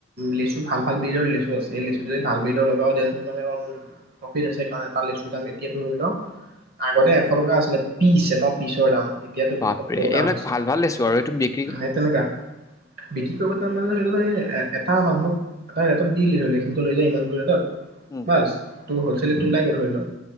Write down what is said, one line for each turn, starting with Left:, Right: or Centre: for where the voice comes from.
Right: লেচু ভাল ভালজৰ লেচু আছে লেচুটোদি ভাল ব্ৰিডৰ লগত <unintelligible> লেচুৰ দাম এতিয়া লওঁ আগতে এশ টকা আছিলে পিচ এটা পিচৰ দাম। এতিয়াতো
Left: বাপৰে
Right: পয়সত্তৰ টকা
Left: এইবিলাক
Right: হৈছে
Left: ভাল, ভাল লেছু আৰু এইটো বি
Right: সেই তেনেকা বিক্ৰী কৰিব তাৰ মানে ধৰি এটা মানুক এটা ৰেটত দি দিলে ধৰি লওঁ সখিনটো লৈ যায় ইমানটো ৰেটত
Left: উম
Right: বাস ত হলছেলটো ওলাই গ'ল হয় লওঁ।